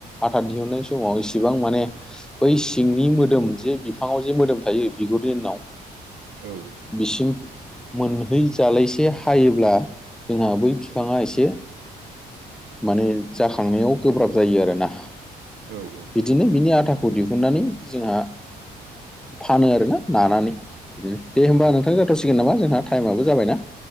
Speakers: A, in the centre; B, on the right.
A: आथा दिहुननाय समाव इसेबां माने बै सिंनि मोदोम जे बिफाङाव जे मोदोम थायो बिगुरनि उनाव
B: औ।
A: बिसिम मोनहैजालायसे हायोब्ला जोंहा बै बिफाङा एसे माने जाखांनायाव गोब्राब जायो आरोना।
B: औ औ।
A: बिदिनो बिनि आथाखौ दिहुननानै जोंहा फानो आरोना नानानै बिदिनो, दे होमबा नोंथां जाथ'सिगोन नामा जोंहा थाइमाबो जाबाय ना?